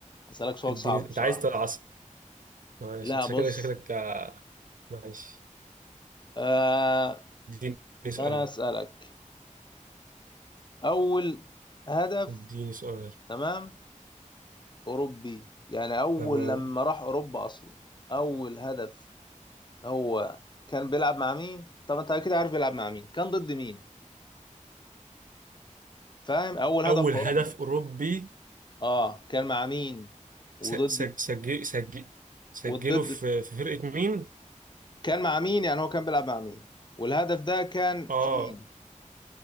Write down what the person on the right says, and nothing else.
اديني
انت
عايز تعصب ماشي
انت شكلك
شكلك آه، ماشي
اديني سؤال
اديني سؤال
تمام
اول
هدف اوروبي
س- س- سجل سجل سجله
في في فرقة مين
اه